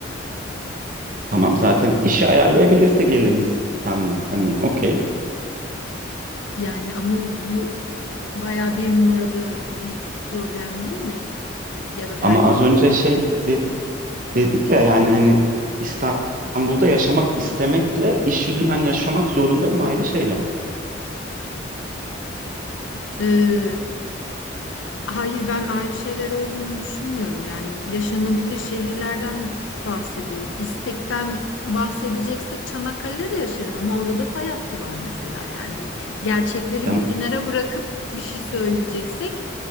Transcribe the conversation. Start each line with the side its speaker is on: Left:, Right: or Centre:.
Right: Tamam zaten işi ayarlayabilirse gelir insanlar. Hani okey.
Left: Yani ama bu e, bayağı bir numaralı bir problem değil mi? Ya da tercih.
Right: Ama az önce şey de- dedik ya yani hani İstanbul'da yaşamak istemekle iş yüzünden yaşamak zorundayım ayrı şeyler.
Left: Ee, hayır ben ayrı şeyler olduğunu düşünmüyorum. Yani yaşanabilir şehirlerden bahsediyoruz. İstekten bahsedeceksek Çanakkale'de de yaşarım ama orada da fay hattı var mesela yani. Hani gerçekleri
Right: Yani
Left: bir kenara bırakıp bir şey söyleyeceksek